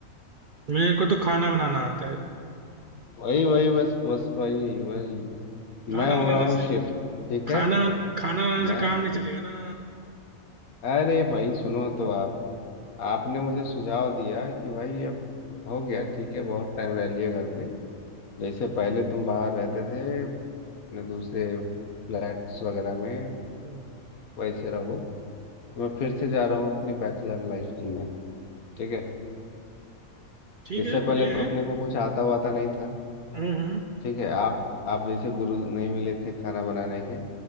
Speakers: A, on the right; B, on the left.
A: मेरे को तो खाना बनाना आता है
B: वही वही बस बस वही वही
A: खाना
B: मैं हो
A: बनाने
B: रहा हूँ
A: से
B: शिफ्ट ठीक
A: खाना
B: है
A: खाना बनाने
B: मैं
A: से काम नहीं चलेगा ना
B: अरे भाई सुनो तो आप आपने मुझे सुझाव दिया कि भाई अब हो गया ठीक है बहुत टाइम रह लिया घर पे जैसे पहले तुम बाहर रहते थे अपने दूसरे फ्लैट्स वगैरह में
A: हम्म,
B: वैसे रहो तो मैं फिर से जा रहा हूँ अपनी बैचलर लाइफ जीने ठीक है
A: ठीक
B: इससे
A: है बढ़िया
B: पहले
A: है
B: तो अपने को कुछ आता वाता नहीं था
A: हम्म हम्म।
B: ठीक है आप आप जैसे गुरु नहीं मिले थे खाना बनाने के